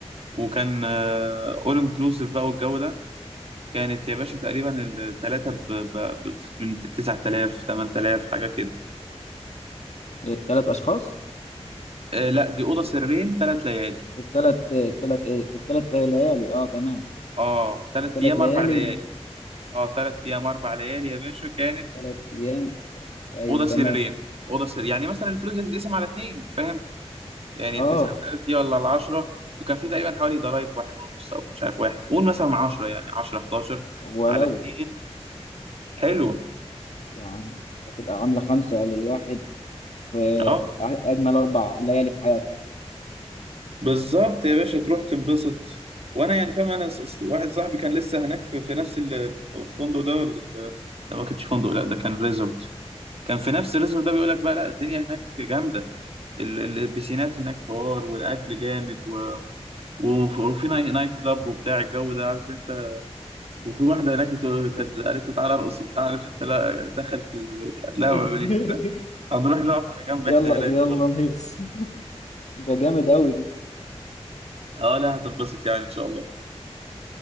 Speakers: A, on the right; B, on the left.
A: وكان اول انكلوسيف بقى والجو ده كانت يا باشا تقريبا الثلاثه ب... ب... ب... من 9000 8000 حاجه كده
B: الثلاث اشخاص
A: آه، لا دي اوضه سريرين ثلاث ليالي
B: الثلاث الثلاث ايه الثلاث ليالي اه تمام
A: اه ثلاث
B: الثلاث
A: ايام
B: ليالي
A: اربع ليالي اه ثلاث ايام اربع ليالي يا باشا كانت
B: بثلاث ايام ايوه
A: اوضه
B: تمام
A: سريرين اوضه سرير يعني مثلا الفلوس دي تتقسم على اتنين فاهم يعني
B: اه
A: 9000 دي ولا ال 10 وكان في تقريبا حوالي ضرايب واحد ونص او مش عارف واحد قول مثلا 10 يعني 10 11
B: ولو
A: على اتنين حلو
B: يعني هتبقى عاملة خمسة للواحد في
A: اه
B: أجمل أربع ليالي في حياته
A: بالظبط
B: يعني
A: يا باشا تروح تنبسط وانا يعني فاهم انا ص- ص- واحد صاحبي كان لسه هناك في, في نفس ال- الفندق ده ولا ال- لا ما كانش فندق لا ده كان ريزورت كان في نفس الريزورت ده بيقول لك بقى لا الدنيا هناك جامده ال- ال- البسينات هناك حوار والاكل جامد و... وف- وفي ناي- نايت كلاب وبتاع الجو ده عارف انت وفي واحده هناك بتقول-
B: <laughs>
A: كانت قالت له تعالى ارقص وبتاع عارف انت لا دخل في لا
B: إح-
A: ما بي- هنروح نقف على جنب
B: يلا
A: احنا هناك
B: يلا
A: برضه
B: نهيص ده جامد أوي ده
A: اه لا هتنبسط يعني ان شاء الله